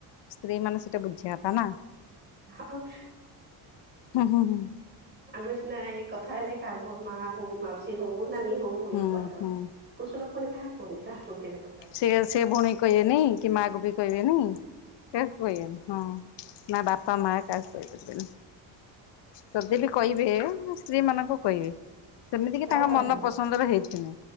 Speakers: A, on the left; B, on the right.
A: ସ୍ତ୍ରୀ ମାନେ ସେଟା ବୁଝିବା କଥା ନା।
B: ଆଉ
A: ହୁଁ ହୁଁ ହୁଁ।
B: ଆମେ ସିନା ଏଇ କଥା ହେଲେ କାହାକୁ କହୁ ମା ହଉ, ମାଉସୀ ହଉ, ନାନୀ ହଉ ହଉ ଭଉଣୀକୁ
A: ହୁଁ
B: କହିଦବା,
A: ହୁଁ
B: ପୁରୁଷ ଲୋକମାନେ କାହାକୁ କୁହନ୍ତି? କାହାକୁ କେବେ କହିପାରନ୍ତିନି
A: ସେୟା ସେ ଭଉଣୀ କହିବେନି କି ମାକୁ ବି କହିବେନି କାହାକୁ କହିବେନି ହଁ। ନା ବାପା ମା କାହାକୁ କହିପାରିବେନି? ଯଦି ବିି କହିବେ, ସ୍ତ୍ରୀ ମାନଙ୍କୁ କହିବେ। ସେମିତିକି ତାଙ୍କ
B: ଆଉ କାହାକୁ
A: ମନ ପସନ୍ଦର ହେଇଥିଲେ।